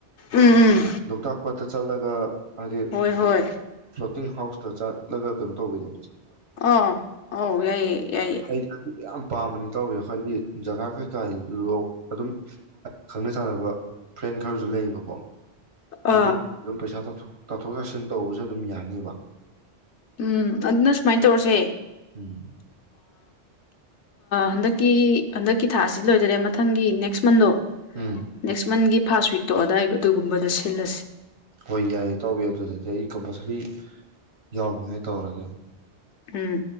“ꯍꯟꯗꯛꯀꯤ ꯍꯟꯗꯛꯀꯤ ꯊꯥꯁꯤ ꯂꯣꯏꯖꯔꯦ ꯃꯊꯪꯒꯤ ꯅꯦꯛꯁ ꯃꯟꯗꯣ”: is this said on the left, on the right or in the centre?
Left